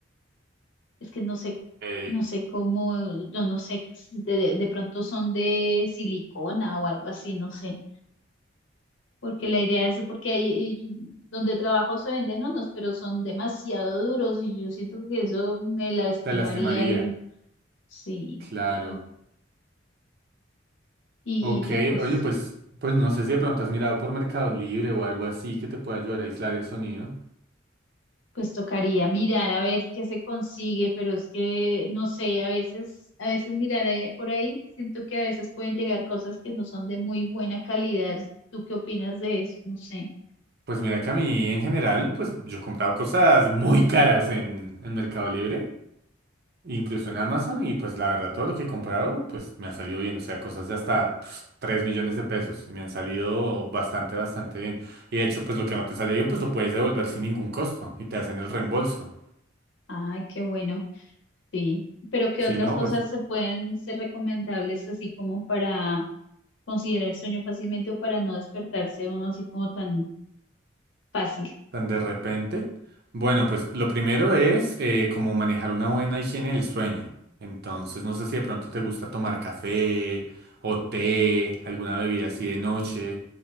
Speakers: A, on the left; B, on the right.
A: Es que no sé,
B: Ey.
A: no sé cómo, yo no sé, si de, de- de pronto son de silicona o algo así, no sé. Porque la idea es, porque ahí eh, donde trabajo se venden unos, pero son demasiado duros y yo siento que eso me lastimaría
B: Te lastimaría.
A: el, sí,
B: Claro.
A: y, y,
B: Ok,
A: y pues.
B: oye, pues, pues no sé si de pronto has mirado por Mercado Libre o algo así que te pueda ayudar a aislar el sonido.
A: Pues tocaría mirar a ver qué se consigue, pero es que no sé, a veces, a veces mirar ahí- por ahí, siento que a veces pueden llegar cosas que no son de muy buena calidad. ¿Tú qué opinas de eso? No sé.
B: Pues mira que a mí en general, pues yo he comprado cosas muy caras en, en Mercado Libre, incluso en Amazon, y pues la verdad todo lo que he comprado, pues me ha salido bien, o sea, cosas de hasta pf, 3 millones de pesos, y me han salido bastante, bastante bien. Y de hecho, pues lo que no te sale bien, pues lo puedes devolver sin ningún costo, y te hacen el reembolso.
A: Ay, qué bueno, sí. Pero ¿qué
B: Si
A: otras
B: no,
A: cosas
B: pues
A: se pueden ser recomendables así como para considerar el sueño fácilmente o para no despertarse uno así como tan fácil?
B: tan de repente. Bueno, pues lo primero es eh, como manejar una buena higiene del sueño. Entonces, no sé si de pronto te gusta tomar café o té, alguna bebida así de noche,